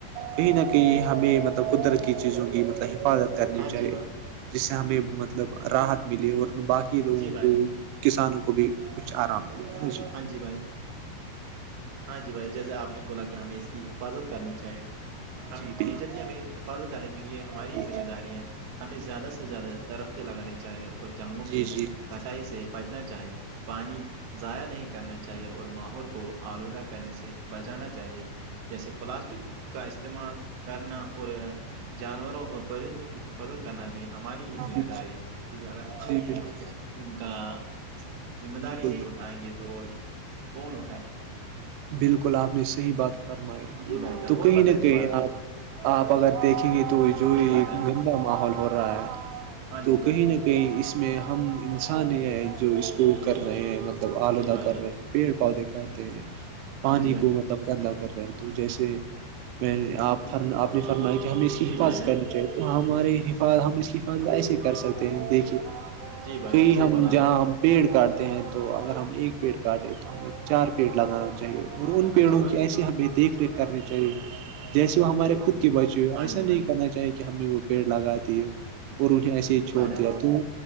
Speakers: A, on the right; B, on the right.
A: کہیں نہ کہیں ہمیں مطلب قدرت کی چیزوں کی مطلب حفاظت کرنی
B: ہاں
A: چاہیے
B: جی بھائی
A: جس سے ہمیں مطلب راحت ملیے اور باقی لوگوں
B: جی بھائی
A: کو
B: جان
A: کسانوں کو بھی کچھ آرام ملے ہے نا جی
B: ہاں بھائی ہاں جی بھائی جیسے آپ نے بولا کہ ہمیں اس کی حفاظت کرنی چاہے ہم
A: جی بالکل
B: نیچر کی ہمیں پل کرنے کی یہ ہماری
A: جی
B: ذمہ داری ہے ہمیں زیادہ سے زیادہ
A: جی
B: درخت لگانانی چاہیے اور جنگلوں
A: جی
B: کے
A: جی
B: کٹائی سے بچنا چاہے پانی ضائع نہیں کرنا چاہے اور ماحول کو آلودہ کرنے سے بچانا چاہیے جیسے پلاسٹک کا استعمال کرنا اور جانوروں اور پرندوں کے کی حفاظت کرنا بھی ہماری یہ ذمہ
A: جی
B: داری ہے کیونکہ اگر ہمیں
A: جی جی
B: ان
A: بالکل
B: ان کا ذمہ داری
A: بالکل
B: نہیں اٹھائیں گے تو کون اٹھائے گا
A: بالکل آپ نے صحیح بات فرمائی
B: گا جی بھائی جان
A: تو کہیں
B: اور بتائیں
A: نہ
B: اس
A: کہیں
B: کے بارے میں
A: آپ آپ اگر دیکھیں گے تو جو یہند
B: جی بھائی جان
A: کا ماحول ہو رہا ہے
B: ہاں
A: تو
B: جی بھائی
A: کہیں نہ کہ اس میں ہم انسان ہے جو اس کو کر رہے ہیں مطلب آلودہ
B: جی بھائی
A: کر
B: جان
A: رہے ہیں پیڑ پودے کتے ہیں پانی
B: ہاں جی بھائی
A: کو م دم گندا کر رہے ہیں تو جیسے میں نے آپ فر آپ فرمیا کہ ہمیں اس کی
B: جی
A: حفاظت
B: بھائی جان
A: کرنی چاہیے ہمارے حفاظت ہم اس کی حفاظت ایسے کر سکتے ہیں دیکھیے
B: جی بھائی
A: کہئی
B: جان صحیح
A: ہم
B: بولا آپ
A: جہاں
B: نے
A: پیڑ کاٹتے ہیں تو اگر ہم ایک پیڑ کاٹے تو ہمیں چار پیڑ لگانا چاہیے اور
B: جی
A: ان
B: بھائی
A: پیڑوں
B: اچھی بات
A: کی ایسے
B: کہی
A: ہمیں دیکھ ریکھ کرنی چاہیے جیسے وہ ہمارے خود کے بچے ہوئے
B: ہاں
A: ایسا
B: جی
A: نہیں
B: بھائی
A: کرنا چاہی کہ ہم نے وہ پیڑ لگا دیے اور انہیں ایسے ہی
B: جی
A: چھوڑ
B: بھائی جان
A: دیا تو